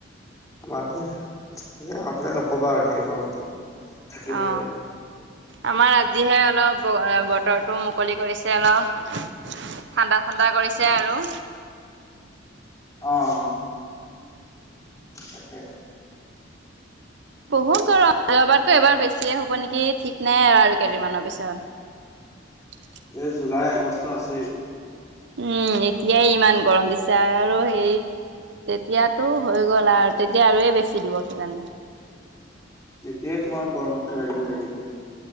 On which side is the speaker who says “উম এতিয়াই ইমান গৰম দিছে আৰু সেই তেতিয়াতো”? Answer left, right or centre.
Right